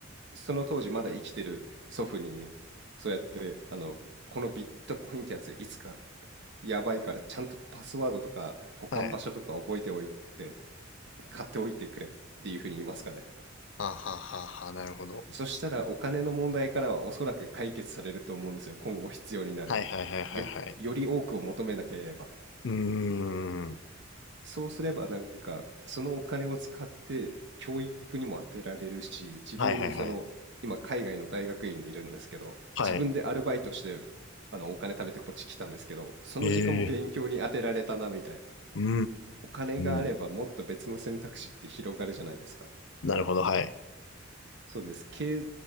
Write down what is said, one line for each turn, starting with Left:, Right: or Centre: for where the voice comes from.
Right: その当時まだ生きてる祖父に、そうやって、あの、このビットコインってやついつかやばいからちゃんとパスワードとか保管場所とか覚えておいて
Left: はい。
Right: 買っておいてくれっていうふうに言いますかね。
Left: はははは、なるほど。
Right: そしたらお金の問題からはおそらく解決されると思うんですよ。今後必要になる。
Left: はいはいはいはいはい。
Right: よ、より多くを求めなければ。
Left: うーん。
Right: そうすればなんかそのお金を使って教育にも当てられるし、自分その今海外の大学院にいるんですけど、
Left: はいはいはい。はい。
Right: 自分でアルバイトしてあのお金貯めてこっち来たんですけど、その時間も勉強に当てられたなみたいな。
Left: ええうん
Right: お金があればもっと別の選択肢って広がるじゃないですか。
Left: うんうんなるほど、はい。
Right: そうです。経